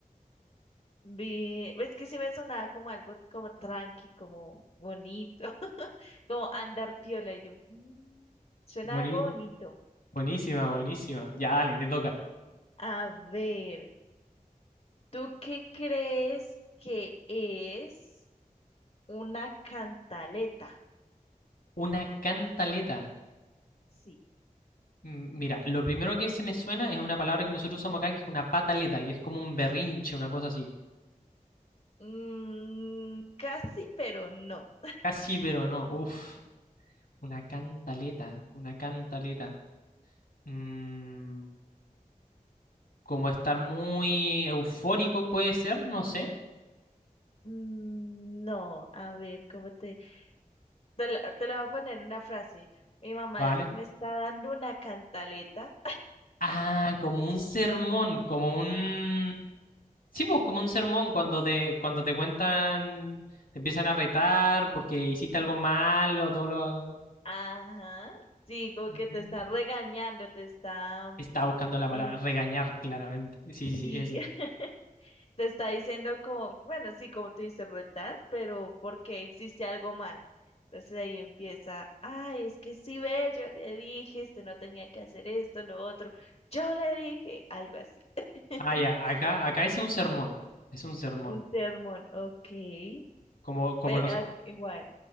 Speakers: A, on the left (about 45°); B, on the left (about 85°).
A: Vi, es que sí me sonaba como algo como tranqui, como bonito, <laughs> como andar piola. Y yo, "Mm, suena
B: Buení-
A: algo bonito.
B: buenísima, buenísima. Ya, dale, te toca.
A: A ver, ¿tú qué crees que es una cantaleta?
B: Una cantaleta.
A: Sí.
B: Mm, Mira, lo primero que se me suena es una palabra que nosotros usamos acá que es una pataleta y es como un berrinche, una cosa así.
A: Mm, casi, pero no.
B: Casi, pero no. Uf, una cantaleta, una cantaleta. Mm, como estar muy eufórico puede ser, no sé.
A: Mm, No, a ver, ¿cómo te...? Te la, te la voy a poner una frase. Mi mamá
B: Vale.
A: me está dando una cantaleta.
B: Ah, como un sermón, como un... Sí, pues como un sermón cuando te, cuando te cuentan, te empiezan a retar porque hiciste algo malo, todo lo...
A: Ajá. Sí, como
B: Ujú.
A: que te está regañando, te está,
B: Estaba buscando la palabra
A: eh,
B: regañar, claramente. Sí, sí,
A: sí,
B: eso. es.
A: <laughs> te está diciendo como, bueno, sí, como tú dices, retar, pero porque hiciste algo mal. Entonces ahí empieza, ay, es que sí, ve, yo le dije, este no tenía que hacer esto, lo otro. Yo le dije, algo así. <laughs>
B: Ah, ya, acá, acá es un sermón. Es un sermón.
A: Un sermón, ok.
B: Como, como
A: Pero
B: los.
A: ah, igual.